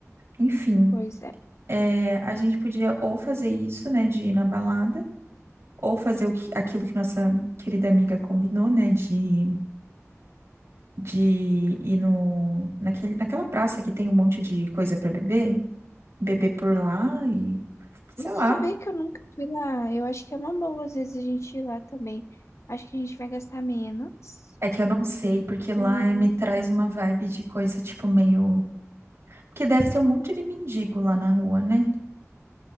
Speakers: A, on the right; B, on the left.
A: Enfim,
B: Pois é.
A: é, a gente podia ou fazer isso, né, de ir na balada, ou fazer o que, aquilo que nossa querida amiga combinou, né, de, de ir no, naquele, naquela praça que tem um monte de coisa pra beber, beber por lá e sei
B: Você
A: lá,
B: sabia que eu nunca fui lá? Eu acho que é uma boa, às vezes, a gente ir lá também. Acho que a gente vai gastar menos.
A: É que eu não sei, porque lá
B: E.
A: eh, me traz uma vibe de coisa tipo meio. Porque deve ter um monte de mendigo lá na rua, né?